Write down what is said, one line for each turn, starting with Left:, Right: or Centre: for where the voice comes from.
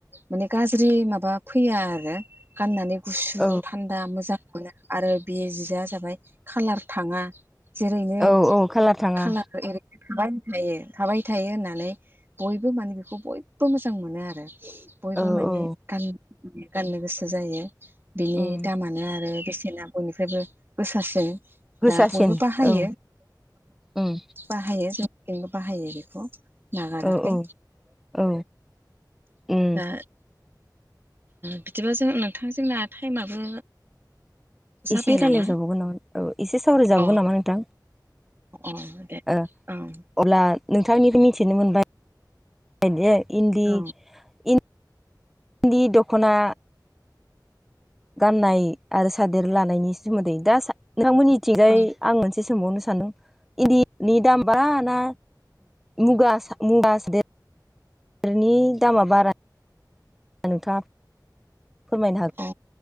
Right: माने गाज्रि माबा फैया आरो गाननानै गुसु
Centre: औ
Right: थान्दा मोजां <unintelligible> आरो बे जिआ जाबाय कालार थाङा जेरैनो
Centre: औ औ खालार थाङा
Right: खालार ओरैनो थाबाय थायो थाबाय थायो होननानै बयबो माने बेखौ बयबो मोजां मोनो आरो। बयबो
Centre: औ
Right: माने
Centre: औ
Right: गान गाननो गोसो जायो बिनि
Centre: उम
Right: दामानो आरो आरो बेसेना बयनिफ्रायबो गोसासिन
Centre: गोसासिन
Right: दा बयबो बाहायो
Centre: औ उम
Right: बाहायो जोंंबो बाहायो बेखौ नागाराखै
Centre: औ औ औ उम
Right: दा बिदिबा जों नोंथां जोंना टाइमाबो? जाबाय
Centre: एसे रायज्लायजाबावगोन
Right: नामा
Centre: नामा औ एसे सावरायजाबावगोन
Right: अ
Centre: नामा नोंथां?
Right: अ दे
Centre: ओ
Right: औ
Centre: अब्ला नोंथांनिफ्राय मिथिनो मोनबाय इदि इन्दि
Right: औ
Centre: इ दि दख'ना गाननाय आरो सादेर लानायनि सोमोन्दै दा नोंथांमोननि थिगाय
Right: औ
Centre: आं मोनसे सोंबावनो सानदों इन्दिनि दाम बारा ना। मुगा मुगा सादरनि दामा बारा <unintelligible> फोरमायनो
Right: अ